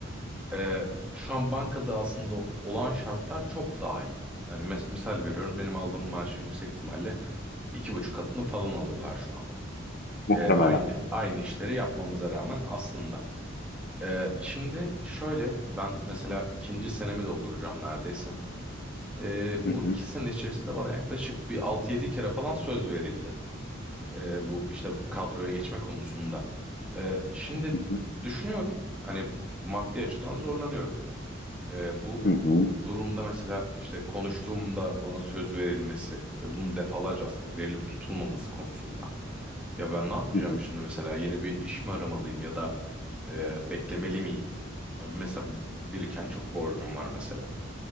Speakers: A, in the centre; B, on the left.
A: Ee, şu an bankada aslında olan şartlar çok daha iyi. Yani mes- misal veriyorum benim aldığım maaşın yüksek ihtimalle iki buçuk katını falan alıyorlar şu anda.
B: Muhtemelen.
A: E, aynı aynı işleri yapmamıza rağmen aslında. E, şimdi şöyle ben mesela ikinci senemi dolduracağım neredeyse. E,
B: Hı
A: bu
B: hı.
A: iki sene içerisinde bana yaklaşık bir altı yedi kere falan söz verildi. E, bu işte kadroya geçme konusunda. E, şimdi
B: Hı hı.
A: düşünüyorum hani maddi açıdan zorlanıyorum. E, bu
B: Hı hı.
A: durumda mesela işte konuştuğumda bana söz verilmesi ve bunun defalarca aslında verilip tutulmaması konusunda. Ya ben ne yapacağım
B: Hı hı.
A: şimdi mesela yeni bir iş mi aramalıyım ya da e, beklemeli miyim? Ya mesela biriken çok borcum var mesela.